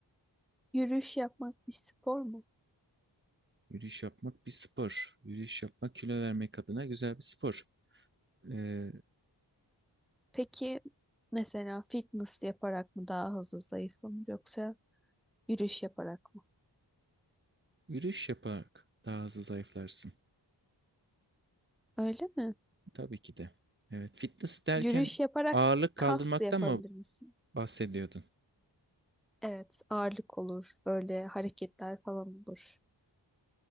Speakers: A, in the centre; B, on the right.
A: yürüyüş yapmak bir spor mu?
B: Yürüyüş yapmak bir spor. Yürüyüş yapmak kilo vermek adına güzel bir spor. Ee,
A: Peki mesela fitness yaparak mı daha hızlı zayıflanır yoksa yürüyüş yaparak mı?
B: yürüyüş yaparak daha hızlı zayıflarsın.
A: Öyle mi?
B: Tabii ki de. Evet, fitness derken
A: Yürüyüş yaparak
B: ağırlık kaldırmaktan
A: kas da yapabilir
B: mı
A: misin?
B: bahsediyordun?
A: Evet, ağırlık olur. Böyle hareketler falan olur.